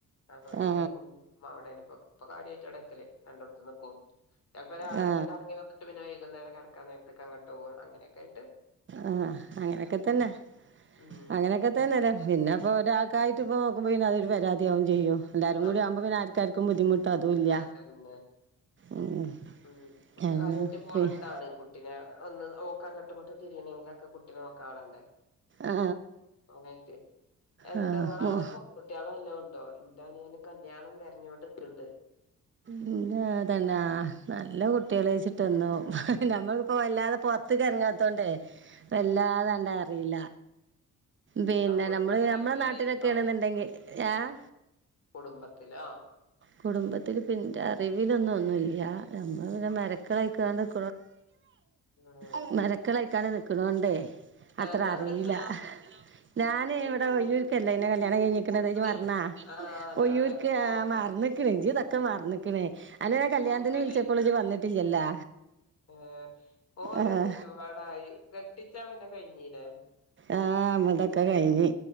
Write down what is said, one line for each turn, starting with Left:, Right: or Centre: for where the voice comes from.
Left: അപ്പൊ പിന്നെപ്പ
Right: ആ
Left: ഉമ്മ അവിടെയാണിപ്പോ ഇപ്പൊ കാര്യമായിട്ട് അവിട നിക്കല് രണ്ടെടത്തും നിക്കും ചെലപ്പൊ രാവിലെ
Right: ആ
Left: ഇങ്ങട്ട് എറങ്ങി വന്ന പിന്ന വൈകുന്നേരം കിടക്കാൻ നേരത്ത് അങ്ങട്ട് പോകും അങ്ങനൊക്കെയായിട്ട്
Right: ആഹ് അങ്ങനെയൊക്കെ തന്നെ
Left: ഉം
Right: അങ്ങനെയൊക്കെ തന്നെ പിന്നെപ്പൊ ഒരാക്കായിട്ട് ഇപ്പൊ പിന്ന അതൊരു പരാതിയാവും ചെയ്യും എല്ലാരും
Left: അങ്ങനെ
Right: കൂടി ആവുമ്പോൾ
Left: തന്നെ
Right: പിന്നെ ആർക്കാർക്കും ബുദ്ധിമുട്ട് അതും ഇല്ല
Left: ആ തന്നെ
Right: ഉം
Left: ഉം അപ്പൊ പിന്ന
Right: അങ്ങനെ
Left: <unintelligible>
Right: പി-
Left: പിന്നെ ഒന്ന് ഓക്ക് അങ്ങട്ടും ഇങ്ങട്ടും തിരിയണെങ്കിലൊക്കെ കുട്ടിനെ നോക്കാൻ ആള്
Right: ആ
Left: വേണ്ടേ <unintelligible>
Right: ആ മോ-
Left: കുട്ടികളും വല്ലോം ഉണ്ടോ എൻ്റെ അനിയന് കല്യാണം തിരഞ്ഞുകൊണ്ടിക്കണ്ട്
Right: പിന്നെ തന്നാ നല്ല കുട്ടികള വെച്ചിട്ടന്നു നമ്മൾ അപ്പൊ വല്ലാതെ പൊറത്ത്ക്ക് എറങ്ങാത്തോണ്ടേ വല്ലാതാണ്ടെ അറിയില്ല പിന്നെ
Left: ഇങ്ങളെ കുടുംബത്തില്
Right: നമ്മള് നമ്മളുടെ
Left: അങ്ങനെ
Right: നാട്ടിലൊക്കെ
Left: ആരേലും ഉണ്ടോ
Right: ആണെന്നുണ്ടെങ്കിൽ ഏഹ്
Left: കുടുംബത്തിലോ
Right: കുടുംബത് ത്തിൽ ഇപ്പ എൻ്റെ അറിവിലൊന്നും ഒന്നുല്ല നമ്ള് പിന്നെ
Left: ഉം
Right: <unintelligible> <unintelligible> നിക്കണോണ്ടേ
Left: ഞങ്ങളെവിടെ
Right: അത്ര അറിയില്ല
Left: സ്ഥലം
Right: ഞാന് ഇവിടെ ഒയ്യൂർക്കല്ലേ എന്റെ കല്യാണം കഴിഞ്ഞിക് ക്കണത് ഇജ്ജ്
Left: എവിടെ
Right: മറന്ന
Left: ആഹ്
Right: ഒയ്യൂർക്ക്
Left: ഞാന് ഇക്ക്
Right: ആഹ്
Left: ഓർമ്മല്ലേ
Right: മറന്നക്ക്ണ്
Left: ഉം
Right: ക്കെ മർന്നിക്കണേ
Left: ഇക്ക്
Right: അന്നെ കല്യാണത്തിന്
Left: ഓർമ്മല്ലേ
Right: വിളിച്ചപ്പോൾ ഇജ്ജ് വന്നിട്ടില്ലല്ലാ
Left: ഏഹ് ഓരോ
Right: ആ
Left: ചുറ്റുപാടായി കെട്ടിച്ചാ പിന്നെ കഴിഞ്ഞീലേ
Right: ആഹ് അമ്മതൊക്കെ കഴിഞ്ഞ്